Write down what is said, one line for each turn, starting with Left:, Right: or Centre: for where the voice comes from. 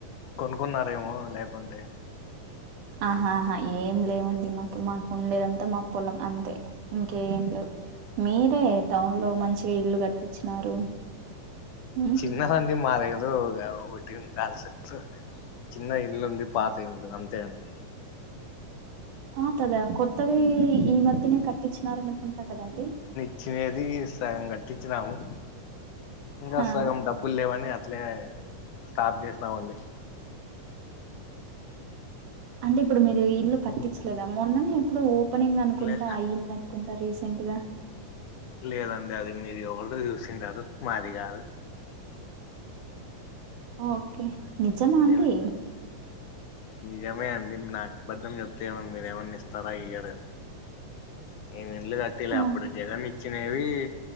Left: కొనుక్కున్నారేమో లేకుంటే
Right: ఆహాహా ఏం లేవండి మాకు మాకుండేదంతా మా పొలం అంతే ఇంకేం లేవు మీరే టౌన్లో మంచిగా ఇల్లు కట్టించినారు మ్మ్
Left: చిన్నదండి మాది ఏదో వేవ్ ఒటేన్ దాల్ సె క్సు చిన్న ఇల్లు ఉంది పాత ఇల్లు అంతే అండి
Right: ఆ కదా కొత్తది ఈ మధ్యనే కట్టించినారు అనుకుంటా కదండి
Left: చ్చినది సగం కట్టించినాము ఇంకా
Right: హా
Left: సగం డబ్ బ్బుల్ లేవని అట్లే స్టాప్ చేసినమండి
Right: అంటే ఇప్పుడు మీరు ఇల్లు కట్టించలేదా మొన్ననే ఎప్పుడు పేనింగ్ అనుకుంటా
Left: లే
Right: అయ్యింది అనుకుంటా రీసెంట్గా
Left: లేదండి అది మీరు ఎవరిదొ చూసింటారు మాది గాదూ
Right: ఓకే నిజమ అండి
Left: మేము నిజమే అండి నాకు అబద్ధం చెప్తే ఏవన్ మీరేమన్నా ఇస్తారా ఇయ్యరు కద నేను ఇల్లు కట్టిలే
Right: ఆ!
Left: అప్పుడు జగన్ ఇచ్చినవి